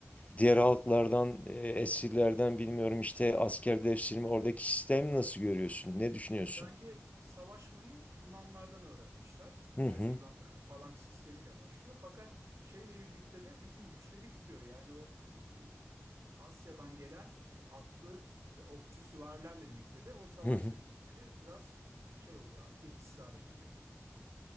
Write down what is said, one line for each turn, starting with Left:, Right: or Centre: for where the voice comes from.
Left: Diğer halklardan, e, esirlerden bilmiyorum işte askerleştirme oradaki sistemi nasıl görüyorsun? Ne düşünüyorsun?
Right: Bence savaşmayı Yunanlardan öğrenmişler.
Left: Hı
Right: Yani
Left: hı.
Right: Yunanların falanks sistemiyle başlıyor. Fakat şeyle birlikte de bütün güçleri bitiyor. Yani o e, Asya'dan gelen e, atlı ve okçu süvarilerle birlikte de o savaş
Left: Hı hı.
Right: teknikleri biraz şey oluyor artık etkisiz hale geliyor.